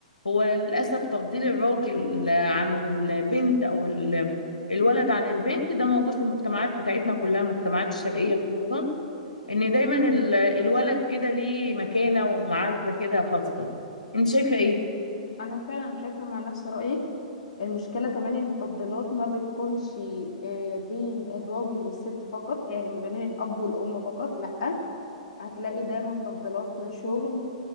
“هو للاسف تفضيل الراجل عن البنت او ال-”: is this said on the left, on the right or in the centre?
Left